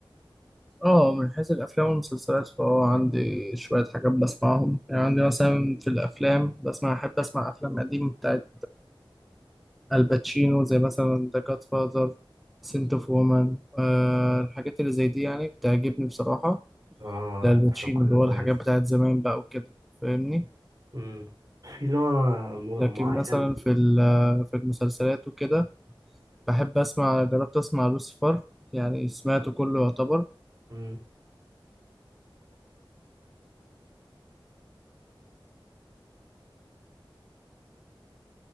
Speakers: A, in the centre; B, on the right (about 45°).
A: اه من حيث الافلام والمسلسلات فهو عندي شويه حاجات بسمعهم يعني عندي مثلا في الافلام بسمع احب اسمع افلام قديمه بتاعت الباتشينو زي مثلا ذا جاد فاذر سنت اوف وومن أه الحاجات اللي زي دي يعني بتعجبني بصراحه
B: اه
A: ده
B: الافلام
A: الباتشينو
B: كلها
A: اللي هو
B: كويسة
A: الحاجات بتاعت زمان بقى وكده فاهمني
B: مم. في نوع م-
A: لكن
B: معين
A: مثلا في ال- في المسلسلات وكده بحب اسمع جربت اسمع لوسيفر يعني سمعته كله يعتبر
B: مم.